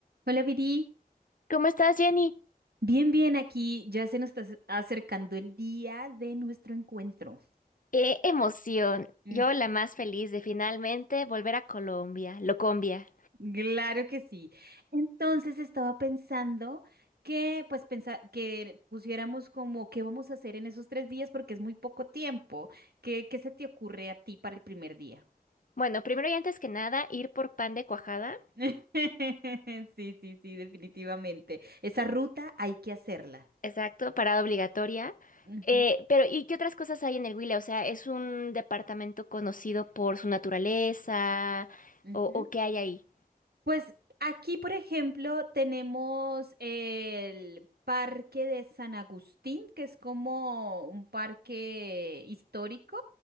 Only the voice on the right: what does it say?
Hola, Viri.
Bien, bien, aquí ya se nos está ac- acercando el día de nuestro encuentro.
Ujú.
Claro que sí. Entonces estaba pensando que, pues, pensa- que pusiéramos como qué vamos a hacer en esos tres días porque es muy poco tiempo. ¿Qué, qué se te ocurre a ti para el primer día?
<laughs> Sí, sí, sí, definitivamente. Esa ruta hay que hacerla.
Ujú,
ujú.
Pues aquí, por ejemplo, tenemos el Parque de San Agustín, que es como un parque histórico,